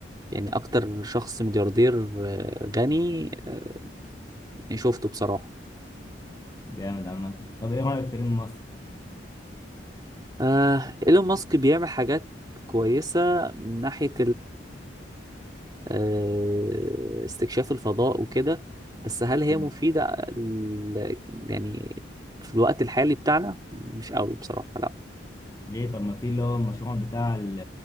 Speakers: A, on the right (about 20°); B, on the left (about 20°).
A: يعني اكتر شخص ملياردير آه، غني آه، يعني شفته بصراحه
B: جامد عامه طب ايه رايك في فيلم مصر
A: آه، ايلون ماسك بيعمل حاجات كويسه من ناحيه آه، استكشاف الفضاء وكده بس هل هي
B: مم.
A: مفيدة ال- يعني في الوقت الحالي بتاعنا مش قوي بصراحة لا
B: ليه طب ما في اللي هو المشروع بتاع ال